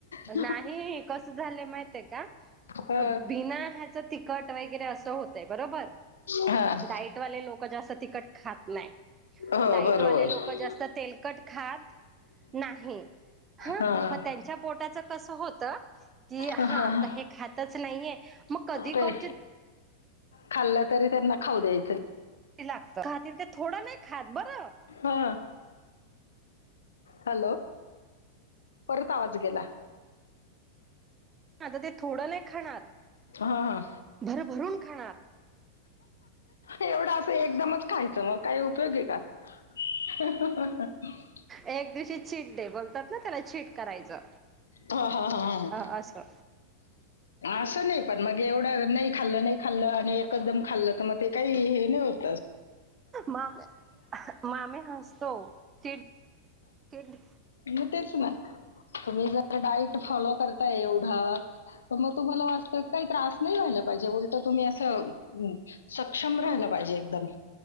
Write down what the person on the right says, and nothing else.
नाही
कस झालं माहिित आहे का
बिना ह्याच तिकट वगैरे असं होत बरोबर
डाईटवाले लोक जास्त तिकट खात नाही
डाईटवाले
लोक जास्त तेलकट खात नाही हा
मग त्यांच्या पोटाचं कसं होतं की हा
हे खातच नाहीये, मग कधी
कौचीत
किती लागतं, खातील ते थोडं नाही खात बरं!
आता ते थोडं नाही, खाणार
भरभरून खाणार.
एक दिवशी चीट दे <unintelligible> बोलतात, ना त्याला चीट करायचं.
अ असं
माम मामी हसतो ते <unintelligible>